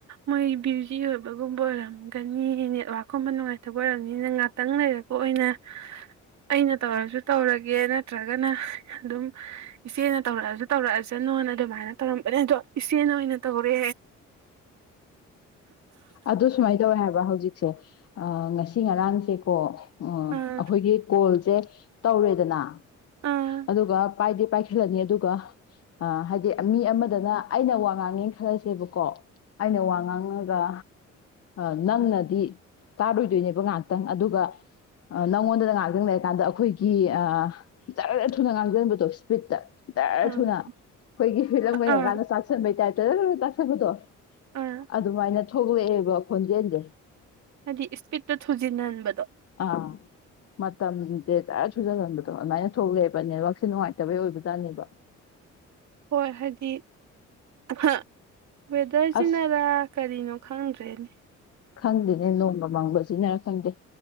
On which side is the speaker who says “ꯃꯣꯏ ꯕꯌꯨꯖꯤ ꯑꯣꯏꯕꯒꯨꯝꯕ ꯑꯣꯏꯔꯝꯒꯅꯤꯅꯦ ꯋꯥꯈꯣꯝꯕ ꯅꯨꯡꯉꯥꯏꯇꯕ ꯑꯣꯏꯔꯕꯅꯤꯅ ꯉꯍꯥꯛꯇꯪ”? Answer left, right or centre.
Right